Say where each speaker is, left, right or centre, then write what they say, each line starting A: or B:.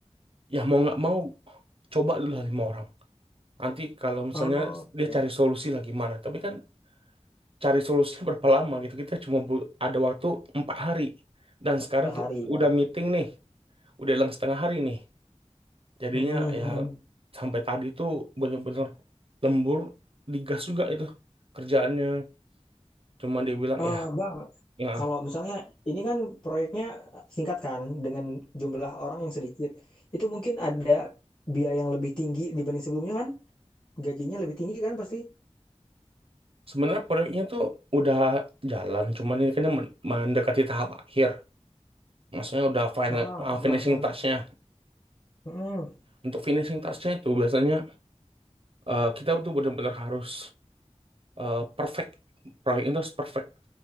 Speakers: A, on the right; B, on the left.
A: ya mau nggak mau coba dulu lah lima orang nanti kalau misalnya
B: Oh,
A: dia
B: Oke.
A: cari solusi lah gimana tapi kan cari solusinya berapa lama gitu kita cuma bu- ada waktu empat hari dan sekarang
B: Per
A: ki-
B: hari ya.
A: udah meeting nih udah hilang setengah hari nih jadinya
B: Mm-mm,
A: ya
B: mm-mm.
A: sampai tadi tuh bener-bener lembur digas juga itu kerjaannya cuma dia bilang
B: Ah,
A: ya
B: bang,
A: ya
B: kalau misalnya ini kan proyeknya singkat kan dengan jumlah orang yang sedikit, itu mungkin ada biaya yang lebih tinggi dibanding sebelumnya kan? Gajinya lebih tinggi kan pasti?
A: Sebenarnya proyeknya tuh udah jalan, cuman ini kan men- mendekati tahap akhir. Maksudnya udah final,
B: Heeh,
A: uh,
B: heeh,
A: finishing
B: heeh.
A: touch-nya.
B: Mm.
A: Untuk finishing touch-nya itu biasanya uh, kita tuh benar-benar harus uh, perfect. Proyek itu harus perfect.